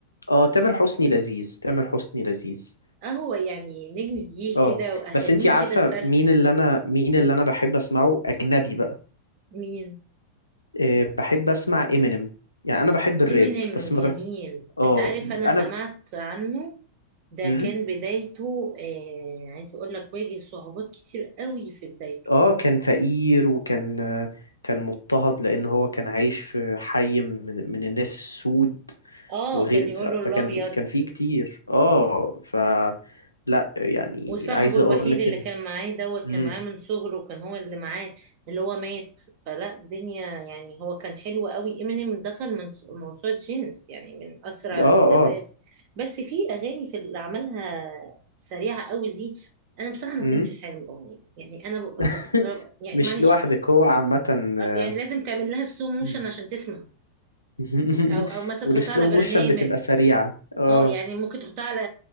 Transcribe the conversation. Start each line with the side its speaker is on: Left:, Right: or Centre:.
Left: اه تامر حسني لذيذ تامر حسني لذيذ
Right: اهو يعني نجم الجيل
Left: اه
Right: كده واغانيه
Left: بس انتي عارفة
Right: كده تفرفش
Left: مين اللي انا مين اللي انا بحب اسمعه اجنبي بقى
Right: مين
Left: إيه، بحب اسمع امينيم يعني انا بحب الراب
Right: امينيم
Left: بس ما
Right: جميل
Left: بح... اه
Right: انت عارف انا
Left: انا
Right: سمعت عنه ده
Left: امم
Right: كان بدايته آه عايز اقول لك واجه صعوبات كتير قوي في بدايته
Left: اه كان فقير وكان آه، كان مضطهد لان هو كان عايش في حي من, من الناس السود
Right: اه
Left: وغير
Right: كان يقول
Left: ف-
Right: له
Left: فكان
Right: الابيض
Left: كان فيه كتير اه فلا يعني
Right: وصاحبه
Left: عايز
Right: الوحيد
Left: اقول لك
Right: اللي
Left: ان
Right: كان معاه دوت
Left: امم
Right: كان معاه من صغره كان هو اللي معاه اللي هو مات فلا الدنيا يعني هو كان حلو قوي امينيم دخل من موسوعة جينيس يعني من اسرع
Left: اه
Right: ال- الراب
Left: اه
Right: بس في اغاني في اللي عملها سريعه قوي دي انا بصراحه ما
Left: امم
Right: فهمتش حاجه من الاغنيه يعني انا ب... ب...
Left: <laughs>
Right: ب- يعني
Left: مش
Right: معلش
Left: لوحدك هو عامة آه،
Right: يعني لازم تعمل لها سلو موشن
Left: مم.
Right: عشان تسمع
Left: <laughs>
Right: او او مثلا
Left: والسلو
Right: تحطها على برنامج
Left: موشن بتبقى سريعة اه
Right: اه يعني ممكن تحطها على